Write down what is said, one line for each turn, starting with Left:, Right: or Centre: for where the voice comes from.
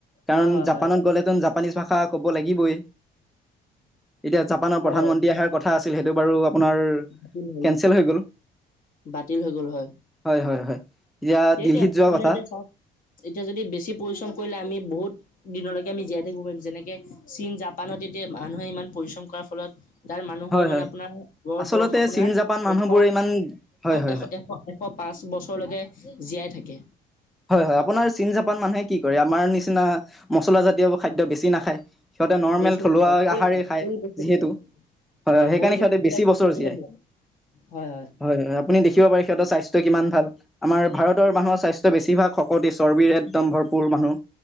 Centre: কাৰণ
Left: হয় হয়
Centre: জাপানত
Left: হয় হয়
Centre: গলে জা জাপানীজ ভাষা ক'ব লাগিবই, এতিয়া জাপানৰ
Left: হয়
Centre: প্ৰধানমন্ত্ৰী আহাৰ কথা আছিল সেইটো বাৰু আপোনাৰ
Left: বাতিল হ'ল
Centre: কেন্চেল হৈ গ'ল,
Left: বাতিল হৈ গ'ল হয়
Centre: হয় হয় হয়। এতিয়া
Left: সেইটোৱে
Centre: দিল্লীত
Left: আৰ
Centre: যোৱা
Left: মানে
Centre: কথা
Left: এতিয়া চাওক এতিয়া যদি বেছি পৰিশ্ৰম কৰিলে আমি বহুত দিনলৈকে আমি জীয়াই থাকিব পাৰিম যেনেকে চীন জাপানত এতিয়া মানুহে ইমান পৰিশ্ৰম কৰাৰ ফলত তাত মানুহৰ
Centre: হয়
Left: মানে
Centre: হয়
Left: আপোনাৰ গ
Centre: আচলতে
Left: বয়স আপোনাৰ
Centre: চীন জাপান মানুহবোৰে
Left: এশ
Centre: ইমান হয় হয়
Left: এশ
Centre: হয়
Left: এ এশ এশ পাঁচ বছৰলৈকে জীয়াই থাকে।
Centre: হয় হয় আপোনাৰ চীন জাপান মানুহে কি কৰে আমাৰ নিচিনা মচলা জাতীয় খাদ্য বেছি নাখায় সিহঁতে নৰ্মেল
Left: বেছি
Centre: থলুৱা
Left: নাখায় বইল
Centre: আহাৰেই খায়
Left: বইল বেছি
Centre: যিহেতু
Left: খায়
Centre: হয়- হয় সেইকাৰণে
Left: বইল বস্তু
Centre: সিহঁতে
Left: তেখেতসকলে
Centre: বেছি বছৰ জীয়াই,
Left: হয় হয়
Centre: হয়-হয় আপুনি দেখিব পাৰে সিহঁতৰ স্বাস্থ্য কিমান ভাল আমাৰ ভাৰতৰ মানুহৰ স্বাস্থ্য বেছিভাগ শকতি চৰ্বিৰৰে একদম ভৰপ সৰু মানুহ